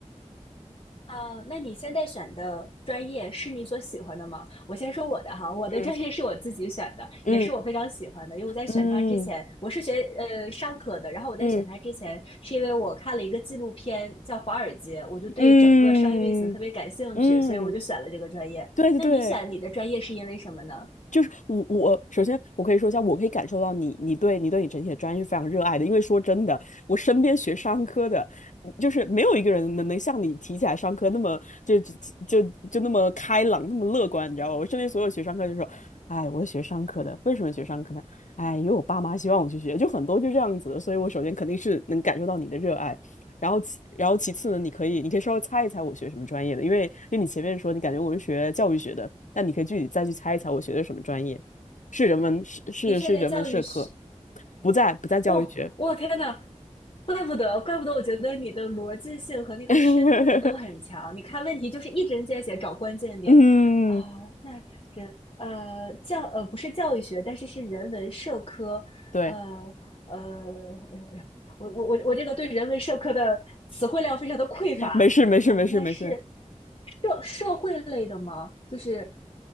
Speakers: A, on the left (about 45°); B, on the left (about 80°).
A: 啊，那你现在选的专业是你所喜欢的吗？我先说我的哈，我的专业是我自己选的，
B: 嗯嗯
A: 也是我非常喜欢的。因为我在选它之前，
B: 嗯
A: 我是学呃商科的，然后我在选它之前，
B: 嗯
A: 是因为我看了一个纪录片叫《华尔街》，我就对整个商业运行特别感兴趣，
B: 嗯嗯，
A: 所以我就选了这个专业。
B: 对对对。
A: 那你选你的专业是因为什么呢？
B: 就是我我首先我可以说一下，我可以感受到你你对你对你整体的专业是非常热爱的，因为说真的，我身边学商科的，就是没有一个人能能像你提起来商科那么就就就就那么开朗，那么乐观，你知道吧？我身边所有学商科就说，哎，我是学商科的，为什么学商科呢？哎，因为我爸妈希望我去学，就很多就这样子的，所以我首先肯定是能感受到你的热爱。然后其然后其次呢，你可以你可以稍微猜一猜我学什么专业的，因为因为你前面说你感觉我是学教育学的，但你可以具体再去猜一猜我学的什么专业，是人文是是是人文社科，
A: 的确，在教育学
B: 不在不在教育学，
A: 哦，我天呐，怪不得，怪不得，我觉得你的逻辑性和那个深度都很强。
B: <laughs>
A: 你看问题就是一针见血，找关键点啊、
B: 嗯，
A: 那人呃教呃不是教育学，但是是人文社科，
B: 对，
A: 呃呃，哎呦哎呦我我我我这个对人文社科的词汇量非常的匮乏
B: 没事没事没事没事，
A: 啊、那是社社会类的吗？就是